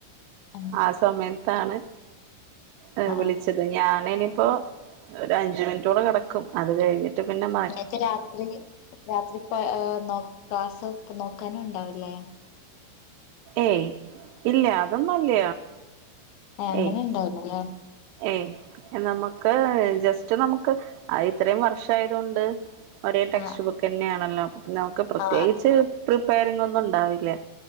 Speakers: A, on the left; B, on the right.
A: ആഹ്
B: ആ സമയത്താണ് ർ വിളിച്ചത്
A: ആഹ്
B: ഞാന ഇനിപ്പോൊ ഒരു അഞ്ചുിനിറ്റോടെ കിടക്കും അത് കഴിഞ്ഞിട്ട് പിന്നെ ബ
A: നേരത്തെ രാത്രി രാത്രിപ്പ ന ക്ലാസ് ഇപ്പ നോക്കാനും ഉണ്ടാവല്ലേ
B: ഏയ് ഇല്ല അതൊന്നുംല്ല
A: ആ അങ്ങനെുണ്ടാവല്ലേ
B: ഏയ് ഏയ് നമുക്ക് ജസ്റ്റ് നമുക്ക് ഇത്രയും വർഷ ആയതൊണ്ട് ഒരേ ടെക്സ്റ്റ്
A: ആ
B: ബുക്ക് തന്നെയാണല്ലോ നമുക്ക് പ്രത്യേകിച്ച്
A: ആ
B: പ്രിപ്പയറിംഗ ഒന്നും ഉണ്ടാവില്ലേ